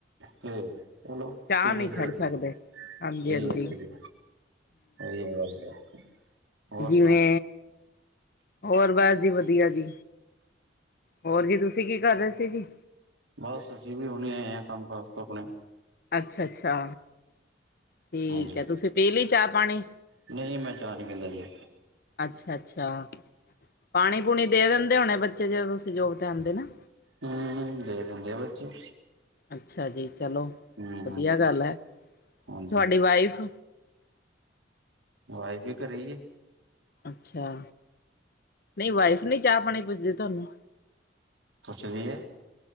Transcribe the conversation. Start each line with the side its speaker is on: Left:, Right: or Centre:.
Right: ਤੇ, ਚਲੋ
Left: ਚਾਹ
Right: ਪੀਣੀ
Left: ਨਹੀਂ
Right: ਚਾਹੀਦੀ
Left: ਛੱਡ ਸਕਦੇ
Right: ਆ
Left: ਹਾਂਜੀ
Right: ਸਹੀ
Left: ਹਾਂਜੀ
Right: ਆ ਸਹੀ, ਵਧੀਆ ਗੱਲ ਹੋਰ
Left: ਜਿਵੇ
Right: ਸੁਣਾਓ
Left: ਹੋਰ ਬਸ ਜੀ ਵਧੀਆ ਜੀ, ਹੋਰ ਜੀ ਤੁਸੀਂ ਕੀ ਕਰ ਰਹੇ ਸੀ ਜੀ
Right: ਬਸ ਅਸੀਂ ਵੀ ਹੁਣੇ ਆਏ ਹਾਂ ਕੰਮ ਕਾਜ ਤੋਂ ਆਪਣੇ
Left: ਅੱਛਾ -ਅੱਛਾ, ਠੀਕ
Right: ਹਾਂਜੀ
Left: ਹੈ, ਤੁਸੀਂ ਪੀ ਲਈ ਚਾਹ- ਪਾਣੀ
Right: ਨਹੀਂ ਮੈਂ ਚਾਹਅ ਨਹੀਂ ਪੀਂਦਾ ਜੀ
Left: ਅੱਛਾ -ਅੱਛਾ ਪਾਣੀ ਪੂਣੀ ਦੇ ਦਿੰਦੇ ਹੋਣੇ ਬੱਚੇ, ਜੋਂ ਸਹਿਯੋਗ ਤੇ ਆਉਂਦੇ ਨਾ
Right: ਹੂੰ ਦੇ ਦਿੰਦੇ ਆ ਬੱਚੇ
Left: ਅੱਛਾ ਜੀ ਚਲੋ,
Right: ਹੂੰ
Left: ਵਧੀਆ ਗੱਲ ਹੈ,
Right: ਹਾਂਜੀ
Left: ਤੁਹਾਡੀ ਵਾਈਫ
Right: ਵਾਈਫ ਵੀ ਘਰ ਈ ਐ
Left: ਅੱਛਾ, ਨਹੀਂ ਵਾਈਫ ਨਹੀਂ ਚਾਹ ਪਾਣੀ ਪੁੱਜਦੇ ਤੁਹਾਨੂੰ
Right: ਪੁੱਛਦੀ ਹੈ,